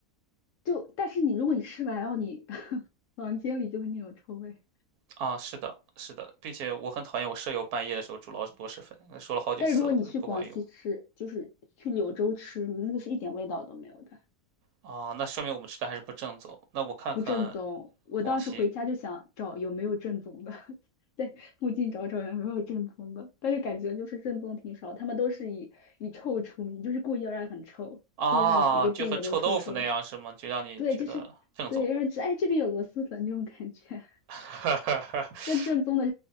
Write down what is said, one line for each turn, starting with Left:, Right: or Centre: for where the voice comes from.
Left: 就但是你如果你吃完，然后你 <laughs> 房间里就会那种臭味。
Right: 啊，是的，是的，并且我很讨厌我舍友半夜的时候煮老鼠螺蛳粉，说了好几次了，
Left: 但是如果你去广西吃，
Right: 不管用。
Left: 就是去柳州吃，那个是一点味道都没有的，
Right: 啊，那说明我们吃的还是不正宗。那我看看
Left: 不正宗。我当时回家就想找有没有正宗的，
Right: 广西
Left: <laughs> 在附近找找有没有正宗的，但是感觉就是正宗挺少，他们都是以以臭出名，就是故意要让很臭，
Right: 啊，
Left: 故意要让你整个店里都臭臭的。
Right: 就和臭豆腐那样是吗？就让你觉得正宗。
Left: 对，就是对，让哎这边有螺蛳粉这种感觉。
Right: <laughs>
Left: <laughs> 那正宗的